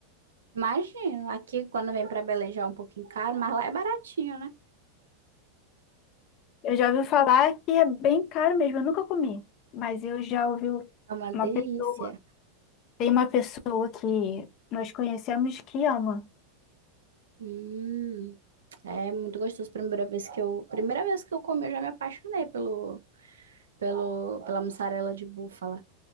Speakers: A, on the right; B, on the left.
A: Imagino. Aqui, quando vem para Belém, já é um pouquinho caro, mas lá é baratinho, né?
B: Eu já ouvi falar que é bem caro mesmo, eu nunca comi. Mas eu já ouvi
A: É uma delícia.
B: uma pessoa. Tem uma pessoa que nós conhecemos que ama,
A: Hum, é muito gostoso. Primeira vez que eu, primeira vez que eu comi, eu já me apaixonei pelo, pelo, pela mussarela de búfala.